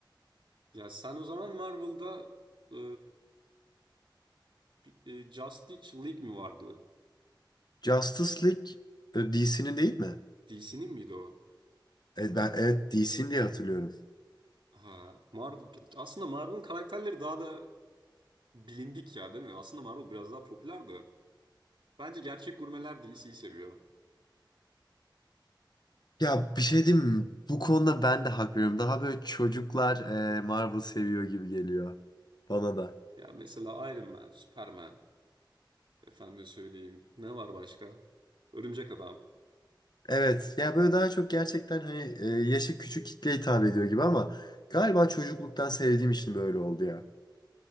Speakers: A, on the right (about 75°); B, on the left (about 55°).
A: Ya sen o zaman Marvel'da e, bir- e, Justice League mi vardı?
B: Justice League DC'nin değil mi?
A: DC'nin miydi o?
B: Evet, ben evet DC'nin diye hatırlıyorum.
A: Ha, Marvel, aslında Marvel'ın karakterleri daha da bilindik ya değil mi? Aslında Marvel biraz daha popülerdi. Bence gerçek gurmeler DC'yi seviyor.
B: Ya bir şey diyeyim mi? Bu konuda ben de hak veriyorum. Daha böyle çocuklar e, Marvel seviyor gibi geliyor bana da.
A: Ya mesela Iron Man, Superman. Efendim söyleyeyim. Ne var başka? Örümcek Adam.
B: Evet ya böyle daha çok gerçekten hani e, yaşı küçük kitleye hitap ediyor gibi ama galiba çocukluktan sevdiğim için böyle oldu ya.